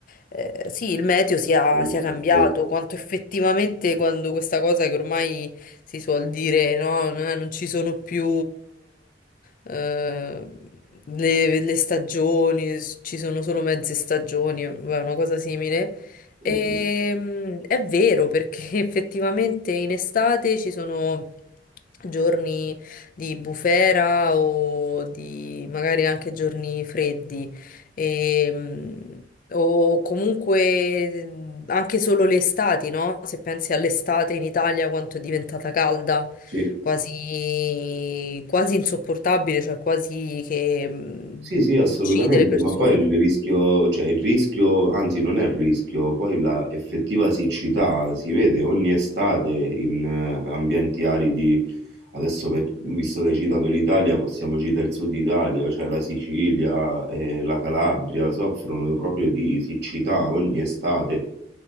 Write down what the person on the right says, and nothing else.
<laughs>
Mhm.
Sì.
Sì, sì, assolutamente,
ma poi il rischio, cioè il rischio, anzi non è il rischio, poi la effettiva siccità si vede ogni estate in eh, ambienti aridi, adesso per- visto che hai citato l'Italia, possiamo citare il sud Italia, cioè la Sicilia e la Calabria soffrono proprio di siccità ogni estate,